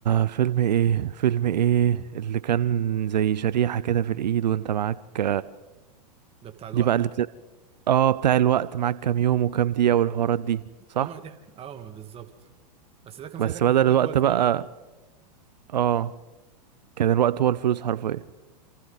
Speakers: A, on the right (about 80°); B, on the right (about 25°).
A: فيلم ايه فيلم ايه اللي كان زي شريحة كده في الايد وانت معاك
B: ده بتاع الوقت
A: دي بقى اللي بت... اه بتاع الوقت معاك كام يوم وكام دقيقة والحوارات دي صح
B: اه ما دي اه ما بالظبط بس ده كان ساعتها
A: بس
B: كان
A: بدل
B: الوقت
A: الوقت
B: هو الفلوس
A: بقى اه كان الوقت هو الفلوس حرفيا